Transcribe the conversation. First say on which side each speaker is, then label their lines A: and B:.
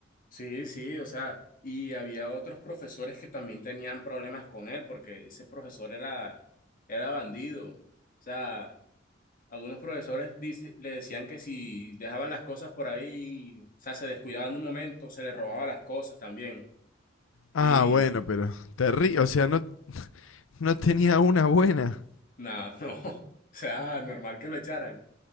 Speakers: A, on the left; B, on the left.
A: Sí, sí, o sea, y había otros profesores que también tenían problemas con él porque ese profesor era, era bandido. O sea, Algunos profesores dice- le decían que si dejaban las cosas por ahí, o sea, se descuidaban un momento, se les robaba las cosas también. Y
B: Ah, bueno, pero terrible, o sea, no, no tenía una buena.
A: nada, <laughs> no, o sea, normal que lo echaran.